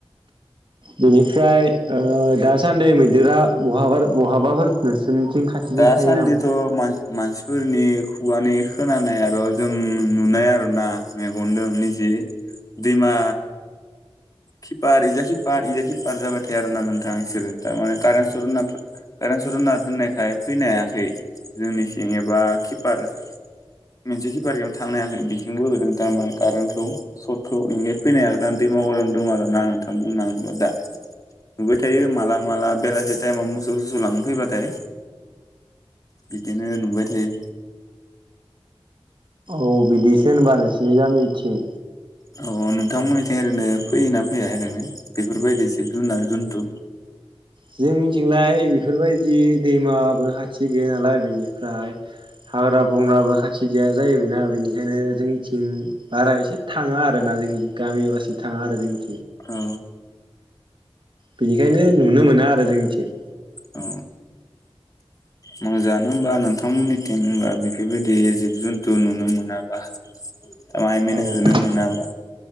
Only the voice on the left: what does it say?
दा
सान्दिथ
मा-मानसि फोरनि खुगानि खोनानाय आर जों नुनाय आरो ना मेगनदों निजि। दैमा। किपार इज खि पार इज कि पार जाबाय थायो आरो ना नोंथां इसोरो थारमाने कारेन सरत हो सर्त दोननायखाय फैनो हायाखै जोंनिथिं एबा किपार मोनसे किपारजों थांनो हायाखै बिथिंबो होदों थारमाने कारेन्टखौ सटखौ इनिखाय फैनो हायाखै दां दैमा दं आरो ना नोंथां बुंनांगौ दा। नुबाय थायो माला-माला बेलासि टायेमाव मोसौ-सोसौ लांनो फैबाथाय। बिदिनो नुबाय थायो।
अ नोंथांमोननिथिं ओरैनो फैयोना फैया ओरैनो बेफोरबायदि जिब-जुनार जुनथु?
औ।
औ। मोजाङानो होमबा नोंथांमोननिथिं होनबा बेफोरबायदि जिब-जुन्थु नुनो मोनाबा। <unintelligible>
होनो मोनाबा।